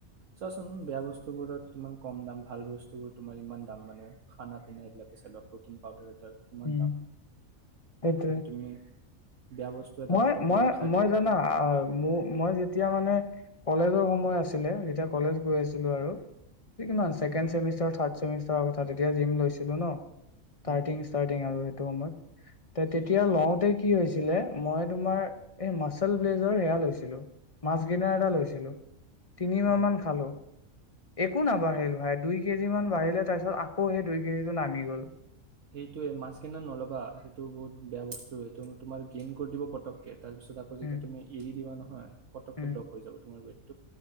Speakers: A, on the right; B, on the left.
A: চোৱাচোন বেয়া বস্তুবোৰত তোমাক কম দাম ভাল বস্তুবোৰ তোমাৰ ইমান দাম মানে খানা পিনা এইবিলাকে চোৱা প্ৰিন পাউডাৰ কিমান
B: উম
A: দাম
B: সেইটোৱে
A: এয়া তুমি বেয়া বস্তু এটা
B: মই
A: পটককে
B: মই
A: তুমি খাই
B: মই
A: দিব
B: জানা
A: পাৰা
B: ম মই যেতিয়া তেতিয়া মানে কলেজৰ সময় আছিলে যেতিয়া কলেজ গৈ আছিলো আৰু কিমান
A: উম,
B: ছেণ্ড চমিষ্টাৰ থাৰ্ডমিষ্টাৰ কথা তেতিয়া জিম লৈছিলো ন ষ্টাৰ্টিং
A: উম।
B: ষ্টাৰ্টিং আৰু সেইটো সময়ত তে তেতিয়া লওঁতে কি হৈছিলে মই তোমাৰ এই মাচেল ব্লেজৰ সেৱ লৈছিলো মাছ গিনাৰ লৈছিলো তিনিমাহান
A: অ
B: খালো একো নাবাঢ়িল ভাই দুই কেজি মমান বাঢ়িলে তাৰপিছত আকৌ সেই দুই কেজিটো নামি গ'ল
A: সেইটোৱে মাছকনেত নলবা সেইটো বহুত বেয়া বস্তু সেইটো তোমাৰ গেইন কৰি দিব পটককৈ তাৰপিছত আকৌ যেতিয়া
B: উম
A: তুমি এৰি দিবা নহয় পটকৈ
B: উম
A: ড্ৰপ হৈ যাব তোমাৰ ৱেট